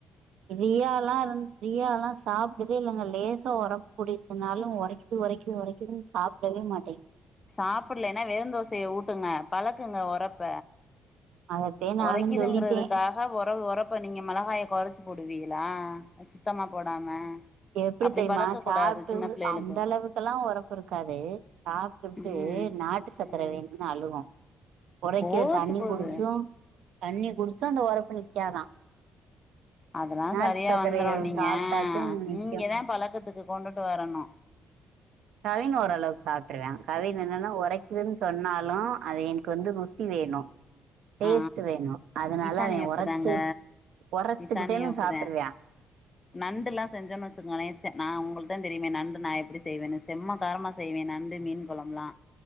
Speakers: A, on the right (about 80°); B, on the left (about 25°).
A: ரியால்லா இருந் ரியால்லா சாப்றதே இல்லங்க லேசா ஒரப் கூடிச்சின்னாலு ஒரக்கிது ஒரக்கிது ஒரக்கிதுன் சாப்டவே மாட்டே
B: சாப்புட்லேன்னா வெறுந் தோசைய ஊட்டுங்க பழக்குங்க ஒரப்ப
A: அதத்தே நானு
B: ஒரக்கிதுங்குறதுக்காக
A: சொல்லிட்டே
B: ஒர ஒரப்ப நீங்க மெளஹாய கொறச்சி போடுவீங்க ளா அ சுத்தமா போடாம
A: எப்டி
B: அப்டி
A: தெரிமா
B: பழக்க
A: சாப்ட்டு
B: கூடாது சின்ன பிள்ளைகளுக்கு
A: அந்த அளவுக்கல்லா ஒரப்பு இருக்காது சாப்ட்டுப்புட்டு
B: ம்
A: டு நாட்டு சக்கர
B: ம்
A: வேணுன் அழுவு ஒரைக்க
B: போட்டு
A: தண்ணிக்
B: போது
A: குடிச்சு தண்ணிக் குடிச்சு அந்த ஒரப்பு நிக்காதா
B: அதெல்லா
A: நாட்டு
B: சரியா
A: சக்கரைய
B: வந்துரு நீங்க
A: சாப்ட்டாத்தே நிக்
B: நீங்கதா
A: க்யு
B: பழக்கத்துக்கு கொண்டுட்டு வரணு
A: கவின் ஓரளவுக்கு சாப் ட்ர்ரா கவின் என்னன்னா ஒரக்கிதுன் சொன்னாலு அவேன்க்கு வந்து ருசி வேணு டேஸ்ட்டு
B: ஆ
A: வேணு அதுனால
B: இசானி
A: அவெ
B: அப்டிதாங்க
A: ஒரச்சு ஒரச்சுக்கிட்டேனு
B: இசானியு அப்டிதா
A: சாப்ட்ருவ்யா
B: நண்டுல்லா செ ஞ்சம்னு வச்சுக்கொங்ளே செ நா உங்களுக்தே தெரியிமே நண்டு நா எப்டி செய்வேனு செம்ம காரமா செய்வே நண்டு மீன் கொழம்புலா